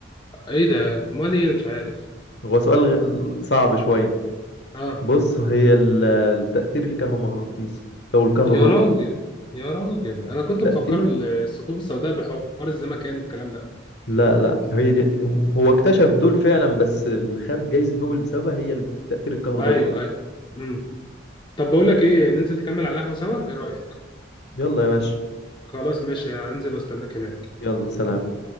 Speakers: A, on the left; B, on the left.
A: ايه ده امال ايه مش عارف
B: هو سؤال غ- صعب شوية
A: اه
B: بص هي ال- التأثير الكهرومغناطيسي أو الكهروضوئي
A: يا راجل يا راجل انا كنت
B: التأثير
A: مفكره الثقوب السوداء بحوار الزمكان والكلام ده
B: لا لا هي دي هو
A: مم.
B: اكتشف دول فعلا بس اللي خد جائزة نوبل بسببها هي التأثير الكهروضوئي
A: ايوه ايوه مم. طب بقول لك ايه ننزل نكمل على القهوه سوا ايه رايك
B: يلا يا باشا
A: خلاص ماشي هنزل واستناك هناك
B: يلا سلام